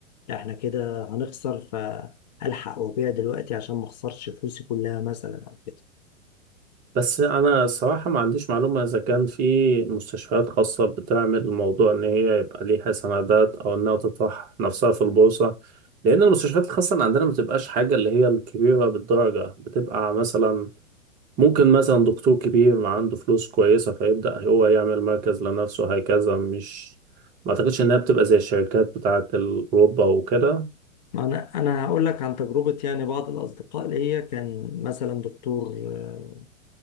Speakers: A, on the left; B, on the right.
A: لا احنا كده هنخسر فالحق وابيع دلوقتي عشان ما اخسرش فلوسي كلها مثلا او كده
B: بس أنا صراحة ما عنديش معلومة إذا كان في مستشفيات خاصة بتعمل الموضوع إن هي يبقى ليها سندات أو إنها تطرح نفسها في البورصة لأن المستشفيات الخاصة اللي عندنا ما بتبقاش حاجة اللي هي الكبيرة بالدرجة بتبقى مثلا ممكن مثلا دكتور كبير عنده فلوس كويسة فيبدأ هو يعمل مركز لنفسه هكذا مش ما اعتقدش انها بتبقى زي الشركات بتاعة اوروبا وكده
A: ما انا انا هقول لك عن تجربه يعني بعض الاصدقاء ليا كان مثلا دكتور آه،